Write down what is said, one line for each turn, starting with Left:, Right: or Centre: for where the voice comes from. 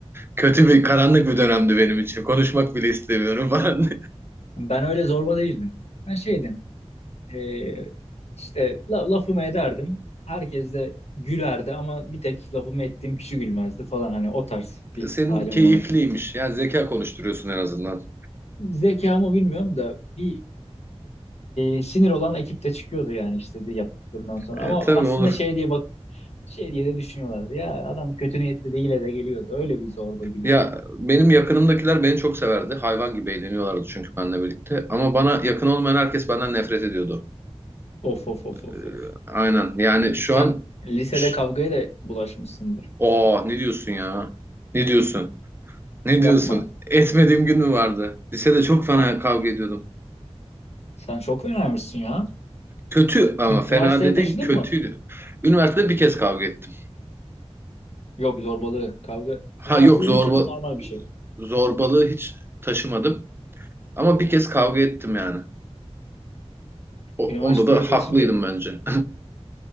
Right: Kötü bir karanlık bir dönemdi benim için. Konuşmak bile istemiyorum falan.
Left: ben öyle zorba değildim. Ben şeydim. Ee, işte la- lafımı ederdim. Herkes de gülerdi ama bir tek lafımı ettiğim kişi gülmezdi falan hani o tarz
Right: <laughs>
Left: bir
Right: Senin
Left: halim
Right: keyifliymiş.
Left: vardı.
Right: Yani zeka konuşturuyorsun en azından.
Left: Zekamı bilmiyorum da bir e, sinir olan ekip de çıkıyordu yani işte de yaptıklarından sonra.
Right: Ee,
Left: Ama
Right: tabii
Left: aslında
Right: olur.
Left: şey diye bak şey diye de düşünüyorlardı. Ya adam kötü niyetli değil de geliyordu. Öyle bir zorba gibi.
Right: Ya benim yakınımdakiler beni çok severdi. Hayvan gibi eğleniyorlardı çünkü benimle birlikte. Ama bana yakın olmayan herkes benden nefret ediyordu.
Left: Of of of of
Right: Ee,
Left: of.
Right: aynen. Yani şu
Left: Sen
Right: an
Left: lisede
Right: Ş-
Left: kavgaya da bulaşmışsındır.
Right: Oo, ne diyorsun ya? Ne diyorsun? Ne
Left: Yapma.
Right: diyorsun? Etmediğim gün mü vardı? Lisede çok fena
Left: Ha,
Right: kavga ediyordum.
Left: sen çok fenaymışsın ya.
Right: Kötü ama
Left: Üniversiteye
Right: fena dedin
Left: taşıdın
Right: kötüydü.
Left: mı?
Right: Üniversitede bir kez kavga ettim.
Left: Yok zorbalığı, kavga.
Right: Ha
Left: Üniversitede
Right: yok zorba
Left: bir kez normal bir şey.
Right: zorbalığı hiç taşımadım. Ama bir kez kavga ettim yani. O-
Left: Üniversiteye
Right: onda da
Left: geçince
Right: haklıydım bence.